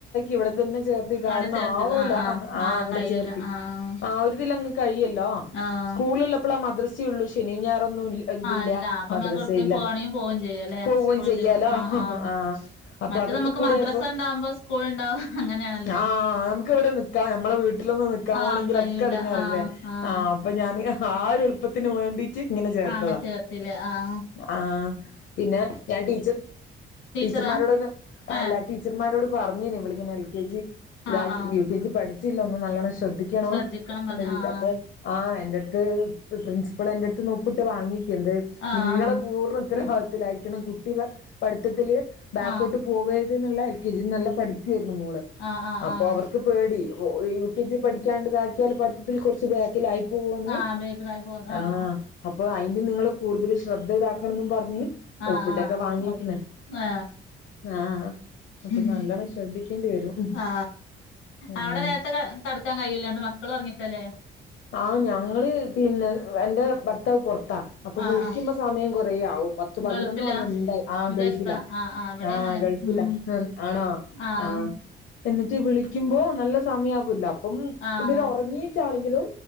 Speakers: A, on the left; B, on the left.
A: ഇവിടെ തന്നെ ചേർത്തി കാരണം
B: അവിടെ ചേർത്തത്
A: ആവൂല
B: ആഹ് ആഹ്
A: ആ
B: ആഹ്
A: അവിടെ
B: കയ്യൂല
A: ചേർത്തി
B: ആഹ്
A: ആ ഒരുതിലങ്ങ് കഴിയുല്ലോ
B: ആഹ് ആഹ്
A: സ്കൂൾളപ്പളാ മദ്രസ ഉള്ളു ശനി ഞാറൊന്നും ഇൽ ഇതില്ല
B: അല്ല അപ്പൊ
A: മദ്രസ
B: മ്മക്ക് എവിടക്കേലും
A: ത്തില്ല
B: പോവാണെങ്കി പോവും ചെയ്യാല്ലേ
A: പോവെചെയ്യാലോ
B: സ്കൂൾ ലീവ് ആഹ്
A: ഹോ
B: ആഹ്
A: ഹോ ആ അപ്പൊ
B: മറ്റത്
A: അതൊക്കെകൂടിയപ്പോ
B: നമുക്ക് മദ്രസ ഉണ്ടാവുമ്പോ സ്കൂൾ ഉണ്ടാവും അങ്ങനെയാണല്ലോ
A: ആ നമുക്ക് ഇവിടെ നിക്ക ഞമ്മളെ വീട്ടിലൊന്നു നിക്കാൻ
B: ആഹ്
A: പോവാണേങ്കിൽ
B: കഴിയൂല
A: ഒക്കടങ്ങേറല്ലേ
B: ആഹ്
A: വേ
B: ആഹ്
A: ആ അപ്പൊ ഞാന് ആ ഒരു എളുപ്പത്തിന് വേണ്ടീറ്റ് ഇങ്ങനെ ചേർത്തതാ
B: ആഹ് അങ്ങനെ ചേർത്തില്ലേ ആഹ്
A: ആ പിന്നെ ഞാൻ ടീച്ചർ
B: ടീച്ചറാ
A: ടീച്ചർമാരോടൊന്ന്
B: ഏഹ്
A: അല്ല ടീച്ചർമാരോട് പറഞ്ഞിനി ഇവളിങ്ങന്നെ എൽ കെ ജി ഇതയി
B: ആഹ് ആഹ്
A: യു കെജി പഠിച്ചില്ല ഒന്നും നല്ലോണം ഷേ ശ്രദ്ധിക്കണോ
B: ശ്രദ്ധിക്കണം പറഞ്ഞ്
A: എന്നില്ലപ്പൊ
B: ആഹ്
A: ആ എന്റെ ട്ത്ത് ക്ക് പ്രിൻസിപ്പൾ എന്റെടുതിന്ന് ഒപ്പിട്ട് വാങ്ങികെരുത്
B: ആഹ്
A: നിങ്ങള് പൂർണ ഉത്തരവാദിത്വത്തിൽ ആയിരിക്കണം. കുട്ടി പഠിത്തത്തില് ബാക്കഔട്ട്
B: ആഹ്
A: പോവ ഇതിന്നുള്ള എൽ കെ ജിന്ന് നല്ല പഠിക്കായിരുന്നു, മോള്
B: ആഹ് ആഹ്
A: അപ്പൊ
B: ആഹ്
A: അവർക്ക് പേടി യു കെ ജി പഠിക്കാണ്ടിതാക്കിയാല് പഠി ഇതിൽകുറച്ച് ബാക്കിലായി പോവോന്ന്
B: ആഹ് ബേക്കിലായി പോന്ന്
A: ആ
B: ആഹ്
A: അപ്പൊ അയിന് നിങ്ങള് കൂടുതല്ല് ശ്രദ്ധ ഇതാകണെന്നും പറഞ്ഞ്
B: ആ
A: ഒപ്പിട്ടൊക്കെ
B: ആ
A: വാങ്ങിക്ക്ണ്
B: ഓ ആ
A: ആഹ് അപ്പൊ
B: ഉം
A: നല്ലോണം ശ്രദ്ധിക്കേണ്ടി വരും
B: ആ
A: ആഹ്
B: അവിടെ നേരത്തെ ക കടക്കാൻ കഴിയുല്ലണ്ട് മക്കൾ ഇവൾ ഒറങ്ങിട്ടല്ലേ
A: ആ ഞങ്ങള് പിന്നെ എന്റെ ഭർത്താവ് പൊർ താ അപ്പൊ
B: ആഹ്
A: വിളിക്കുമ്പോ
B: ആഹ്
A: സമയം കൊറയാ പത്ത് പതിനൊന്ന്
B: ഗൾഫിലാ
A: മണി എന്തായി ആ
B: വിദേശത്താ
A: ഗൾഫിലാ
B: ആഹ് ആഹ് ഇവിടെ
A: ആ
B: അങ്ങനെയാണ്
A: ആ ഗൾഫിലാ
B: ഉം
A: ആ ആണോ
B: ആഹ്
A: ആ എന്നിട്ട് വിളി ക്കിമ്പോ നല്ല സമയവൂല്ലോ അപ്പം
B: ആഹ്
A: ഇവര് ഒർങ്ങീച്ചാണെങ്കിലും